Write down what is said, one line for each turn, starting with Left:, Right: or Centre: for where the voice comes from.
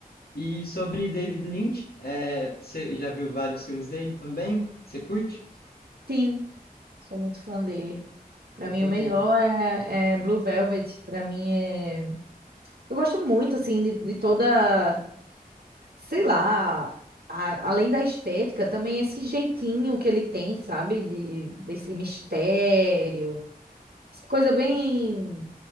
Left: E sobre David Lynch, é, você já viu vários filmes dele também? Você curte?
Right: Sim, sou muito fã dele. Pra
Left: Eu
Right: mim,
Left: também.
Right: o melhor é, é Blue Velvet. Pra mim, é. Eu gosto muito, assim, de, de toda. Sei lá. a- além da estética, também esse jeitinho que ele tem, sabe? De, desse mistério. essa Coisa bem.